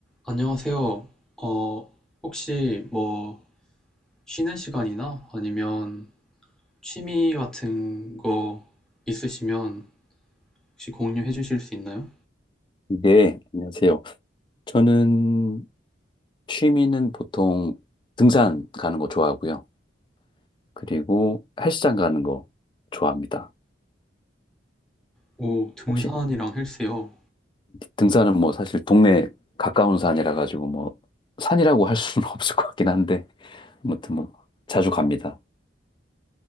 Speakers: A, in the centre; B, on the left.
A: 안녕하세요. 어, 혹시 뭐 쉬는 시간이나 아니면 취미 같은 거 있으시면 혹시 공유해 주실 수 있나요?
B: 네, 안녕하세요. 저는 취미는 보통 등산 가는 거 좋아하고요. 그리고 헬스장 가는 거 좋아합니다.
A: 오, 등산이랑
B: 혹시
A: 헬스요.
B: 등산은 뭐 사실 동네 가까운 산이라 가지고 뭐 산이라고 할 수는 <laughs> 없을 것 같긴 한데 아무튼 뭐 자주 갑니다.